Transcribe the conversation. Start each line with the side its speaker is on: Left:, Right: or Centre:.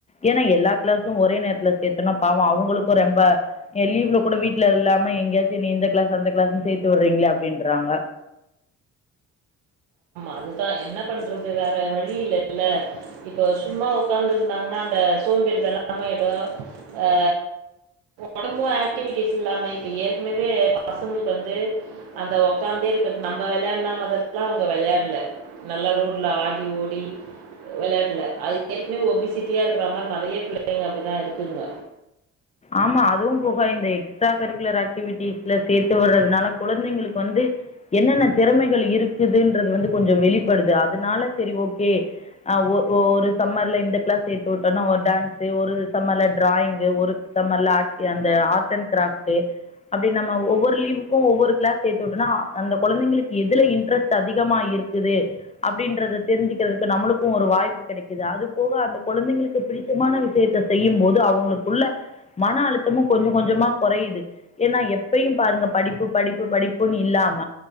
Left: ஏன்னா எல்லா கிளாஸு ஒரே நேரத்துல சேர்த்தோனா பாவோ அவங்களுக்கு ரெம்ப எ லீவ்ல கூட வீட்டுல இல்லாம எங்கேயாச்சி நீ இந்த கிளாஸ் அந்த கிளாசுனு சேர்த்து விடுறீங்களே அப்படின்றாங்க
Right: அதுதா என்ன பண்றது வேறு வழி இல்ல இல்ல இப்போ சும்மா உட்காந்துருந்தாங்கன்னா அந்த சோம்பேறி தனம்மாயிடு ஆ ஒடம்பு ஆக்டிவிட்டிஸ் இல்லாம இப்போ ஏற்கனவே பசங்களுக்கு வந்து அந்த உட்காந்தே இருக்கது நம்ப விளையாடுன மாதிரில்லா அவங்க விளையாடல நல்ல ரோட்ல ஆடி ஓடி விளையாடல அது ஏற்கனவே ஒபிசிட்டியா இருக்கிற மாறி நறைய பிள்ளைங்க அப்படிதா இருக்குங்க
Left: ஆமா அதுவு போக இந்த எக்ஸ்ட்ரா கரிக்குலர் ஆக்டிவிட்டிஸ்ல சேத்து விடுறதுனால குழந்தைங்களுக்கு வந்து என்னென்ன திறமைகள் இருக்குதுன்றது வந்து கொஞ்சு வெளிப்படுது அதனால சேரி ஓக்கே ஒ, ஒ ஒரு சம்மர்ல இந்த கிளாஸ் சேர்த்து விட்டோம்னு ஒரு டான்ஸ்சு ஒரு சம்மர்ல ட்ராயிங்கு ஒரு <unintelligible> அந்த ஆர்ட் அண்ட் கிராஃப்டு அப்படி நம்ம ஒவ்வொரு லீவுக்கு ஒவ்வொரு கிளாஸ் சேத்து விட்டோனா அந்த குழந்தைங்களுக்கு எதுல இன்ட்ரெஸ்ட் அதிகமா இருக்குது அப்படின்றத தெரிஞ்சுக்கிறதுக்கு நம்மளுக்கு ஒரு வாய்ப்பு கெடைக்குது அது போக அந்த கொழந்தைங்களுக்கு பிடிச்சமான விஷயத்த செய்யும் போது அவங்களுக்குள்ள மன அழுத்தமு கொஞ்சு கொஞ்சுமா கொறையுது ஏன்னா எப்பயையு பாருங்க படிப்பு படிப்பு படிப்புன்னு இல்லாம